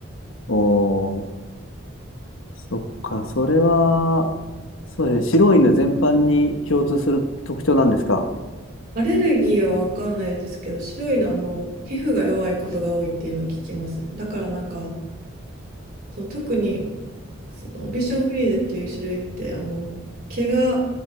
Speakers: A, on the left (about 80°); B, on the right (about 45°).
A: おー、そっか、それは、そうですね。白い犬全般に共通する特徴なんですか。
B: アレルギーはわかんないですけど、白いの、あの、皮膚が弱いことが多いっていうのは聞きます。だからなんか、その特にそのビションフリーゼっていう種類ってあの毛が